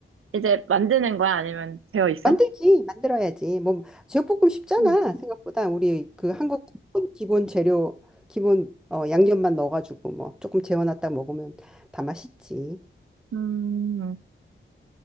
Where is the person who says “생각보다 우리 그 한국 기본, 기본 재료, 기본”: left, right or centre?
Centre